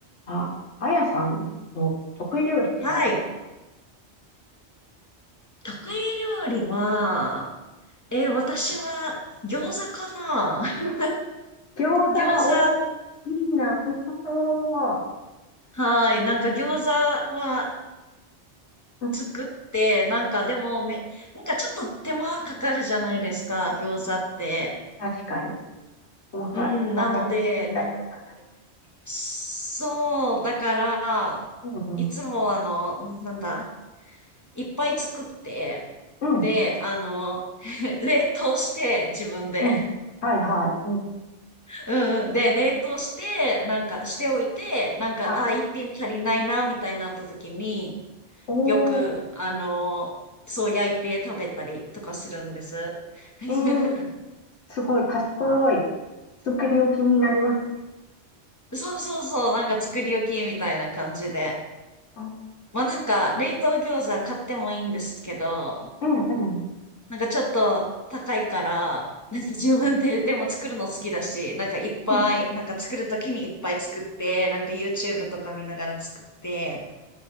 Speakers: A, on the left (about 70°); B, on the left (about 15°).
A: あ、あやさんの得意料理って何ですか
B: はい。得意料理は、えー私は餃子かな
A: はい。
B: <laughs>
A: あ、餃子、
B: 餃子、
A: おい、いいな、美味しそ
B: はい。なんか餃子は
A: う。うん、
B: 作って、なんかでもめ、なんかちょっと手間かかるじゃないですか、餃子って。
A: 確かに。細かい、
B: うん、
A: 細かく切ったりとか大変です
B: なので、な、そう、だから、
A: よ。
B: いつもあの、なんだ、いっぱい作って、
A: うんうん、うん、
B: で、あの、<laughs> 冷凍して自分で。
A: うん。はいはい。うん、
B: うんうん。で、冷凍して、なんかしておいて、なんか、
A: はい。
B: あ、一品足りないな、みたいになった時に、
A: お
B: よく、
A: ー、
B: あのーそう焼いて食べたりとかするんです。<laughs>
A: えー、すごい賢い。作り置きになりますね。
B: そうそうそう、なんか作り置きみたいな感じで。
A: あ
B: まあなんか、冷凍餃子買ってもいいんですけど、
A: うんうん。
B: なんかちょっと高いから、なんか自分で、でも作るの好きだし、なんかいっぱい、
A: うん
B: なんか作るときにいっぱい作って、なんか YouTube とか見ながら作って、